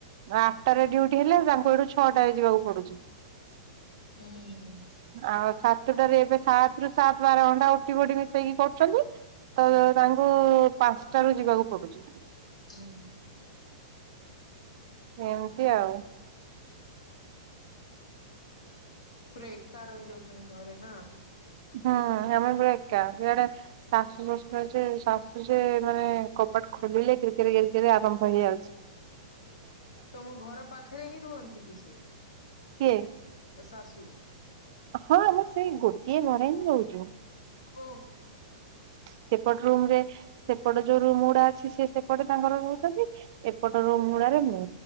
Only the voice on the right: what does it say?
ଆଠଟାରେ ଡିଉଟି ହେଲେ ତାଙ୍କୁ ଏଠୁ ଛଅଟାରେ ଯିବାକୁ ପଡୁଚି।
ଆଉ ସାତଟାରେ ଏବେ ସାତ ରୁ ସାତ ବାର ଘଣ୍ଟା ଓ ଟି ଫୋଟି ମିଶେଇକି କରୁଚନ୍ତି।
ତ ତାଙ୍କୁ ପାଞ୍ଚଟାରୁ ଯିବାକୁ ପଡୁଚି।
ଏମିତି ଆଉ
ହଁ <unintelligible> ଏକା ଇଆଡେ ଶାଶୂ ଶଶୁର ଯେ, ଶାଶୂ ଯେ ମାନେ କବାଟ ଖୋଲିଲେ କେର-କେର-କେର ଆରମ୍ଭ ହେଇଯାଉଚି।
କିଏ?
ହଁ ଆମେ ସେଇ ଗୋଟିଏ ଘରେ ହିଁ ରହୁଚୁ।
ସେପଟ ରୁମ୍ ରେ ସେପଟ ଯୋଉ ରୁମ ଗୁଡା ଅଛି ସେ ସେପଟେ ତାଙ୍କର ରହୁଛନ୍ତି। ଏପଟ
ରୁମ ଗୁଡାରେ ମୁ